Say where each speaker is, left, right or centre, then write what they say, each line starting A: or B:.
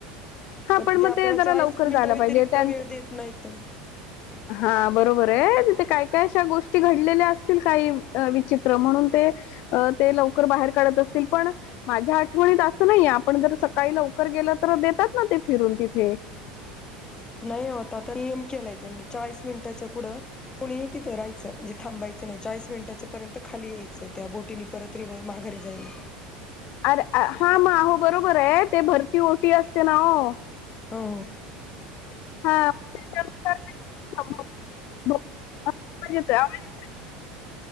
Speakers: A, on the left; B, on the left.
A: हा
B: पण ते
A: मग
B: आपल्याला
A: जरा
B: चाळीस
A: लवकर
B: मिनिटा
A: जायला
B: व्यतिरिक्त
A: पाहिजे त्यांच
B: वेळ देत नाहीत
A: हा बरोबर आहे तिथे काय का अशा गोष्टी घडलेल्या असतील काही विचित्र म्हणून ते ते लवकर बाहेर काढत अस पण माझ्या आठवणीत असं नाही आपण जर सकाळी लवकर गेल तर देतात ना ते फिरून तिथे
B: <inaudible> नाही होता आता नियम केलाय त्यांनी चाळीस मिनिटाच्या पूढं कुणी तिथे राहायचं म्हणजे थांबायचं नाही चाळीस मिनिटाच्या पर्यंत खाली यायचं त्या बोटीनी परत रिव्हर्स माघरी जायला
A: अरे हा मग आहो बरोबर आहे ते भरती ओटी असते ना हो
B: हो
A: <inaudible>